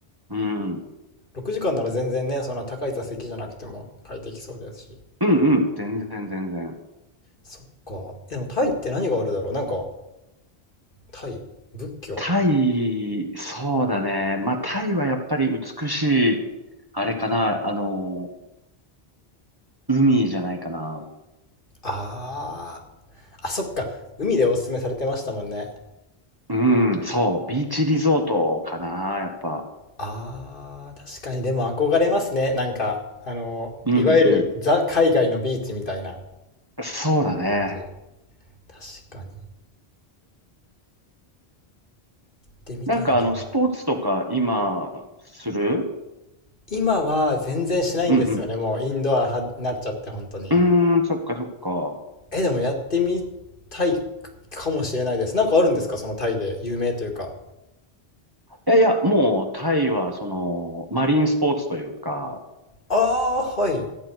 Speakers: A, on the right (about 20°); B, on the left (about 55°).
A: うん。
B: 6時間なら全然ね、そんな高い座席じゃなくても快適そうですし。
A: うんうん。全然全然。
B: そっか。でもタイって何があるだろうなんか、タイ、仏教。
A: タイ、そうだね。まあ、タイはやっぱり美しい、あれかな、あの、海じゃないかな。
B: あー、あ、そっか。海でおすすめされてましたもんね。
A: うん、そう。ビーチリゾートかな、やっぱ。
B: あー、確かにでも憧れますね。なんか、あの、
A: うんうん。
B: いわゆるザ海外のビーチみたいな
A: そうだね。
B: 感じ。確かに。行ってみたいな。
A: なんかあの、スポーツとか今、する
B: 今は全然しないんですよね。
A: うん
B: もうインドア派になっちゃって、本当に。
A: うん。うーん、そっかそっか。
B: え、でもやってみたいかもしれないです。なんかあるんですかそのタイで有名というか。
A: いやいや、もうタイはその、マリンスポーツというか、
B: あー、はい。